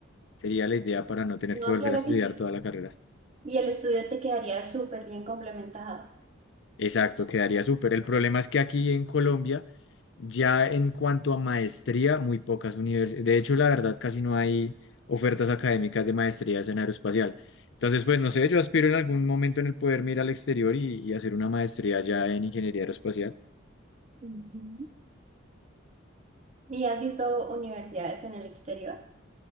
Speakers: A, on the left (about 65°); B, on the right (about 35°).
A: sería la idea para no tener
B: No,
A: que volver
B: claro
A: a estudiar
B: que sí.
A: toda la carrera.
B: Y el estudio te quedaría súper bien complementado.
A: Exacto, quedaría súper. El problema es que aquí en Colombia, ya en cuanto a maestría, muy pocas universidades, de hecho, la verdad, casi no hay ofertas académicas de maestrías en aeroespacial. Entonces, pues no sé, yo aspiro en algún momento en el poderme ir al exterior y, y hacer una maestría ya en ingeniería aeroespacial.
B: Ujú. ¿Y has visto universidades en el exterior?